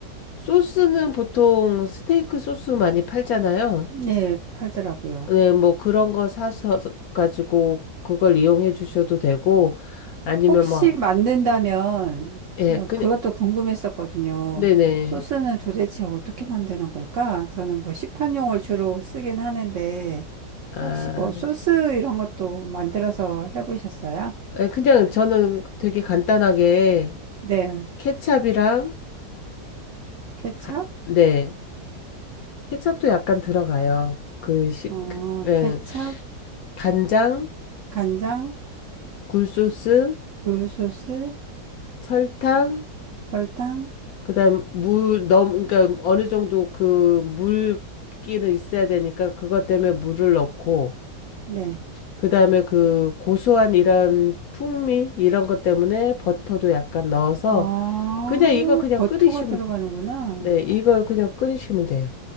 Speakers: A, on the left; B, on the right.
A: 소스는 보통 스테이크 소스 많이 팔잖아요.
B: 네, 팔더라고요.
A: 네, 뭐 그런 거 사서 가지고 그걸 이용해 주셔도 되고, 아니면
B: 혹시
A: 뭐,
B: 만든다면
A: 예, 그냥,
B: 그것도 궁금했었거든요.
A: 네네.
B: 소스는 도대체 어떻게 만드는 걸까? 저는 뭐 시판용을 주로 쓰긴 하는데
A: 아.
B: 혹시 뭐 소스 이런 것도 만들어서 해보셨어요?
A: 예, 그냥 저는 되게 간단하게
B: 네,
A: 케찹이랑
B: 케찹,
A: 가- 네 케찹도 약간 들어가요. 그, 시,
B: 어,
A: 그 예,
B: 케찹,
A: 간장,
B: 간장,
A: 굴소스,
B: 굴소스,
A: 설탕,
B: 설탕,
A: 그다음 물 너무 그러니까 어느 정도 그 물기는 있어야 되니까 그것 때문에 물을 넣고
B: 네.
A: 그다음에 그 고소한 이런 풍미 이런 것 때문에 버터도 약간 넣어서
B: 아,
A: 그냥 이거 그냥
B: 버터가
A: 끓이시면
B: 들어가는구나.
A: 돼. 네, 이걸 그냥 끓이시면 돼요.